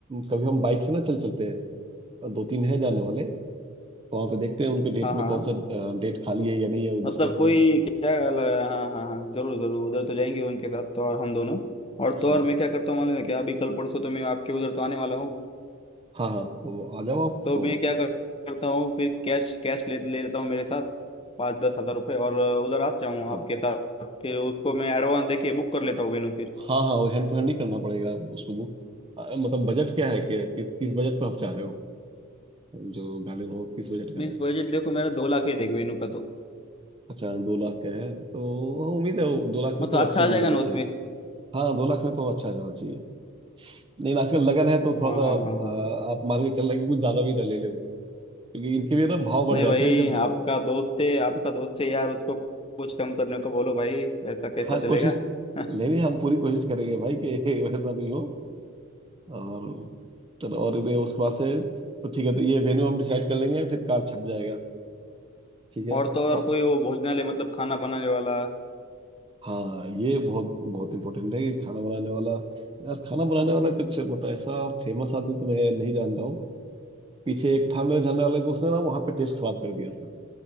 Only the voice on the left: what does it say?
हाँ
हाँ
हाँ।
मतलब
कोई
क्या हाँ हाँ हाँ जरूर जरूर उधर तो जाएंगे उनके साथ तो और हम दोनों और तो
और मैं क्या करता हूँ मालूम है क्या अभी कल परसों तो मैं आपके उधर तो आने वाला हूँ
तो
मैं क्या कर- करता हूँ फिर कैश कैश ले ले लेता हूँ मेरे साथ पाँच दस हजार रुपये और उधर आ जाऊँ
आपके साथ फिर उसको मैं एडवांस देके बुक कर लेता हूँ वेन्यू फिर
मीन्स
बजट देखो मेरा दो लाख है देख वेन्यू का तो
मतलब
अच्छा आ जाएगा
ना
उसमें
हाँ
हाँ हाँ हाँ
नहीं
भाई
आपका दोस्त है आपका
दोस्त है यार उसको कुछ कम करने को बोलो भाई ऐसा कैसा
चलेगा
<laughs>
और तो और
कोई वो भोजनालय मतलब खाना बनाने वाला